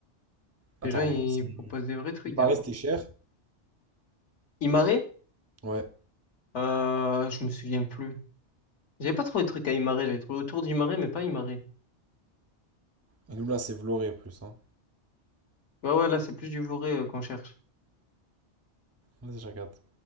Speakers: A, on the left; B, on the right.
A: Les
B: Attends,
A: gens, ils
B: donc c'est-
A: proposent des vrais trucs,
B: il paraît
A: des fois.
B: c'était cher.
A: Imare,
B: Ouais.
A: euh, je me souviens plus. J'avais pas trouvé de trucs à Imare, j'avais trouvé autour d'Imare, mais pas Imare.
B: Et nous là c'est Vloré plus, hein.
A: Ouais, ouais, là, c'est plus du Vloré euh, qu'on cherche.
B: Vas-y, je regarde.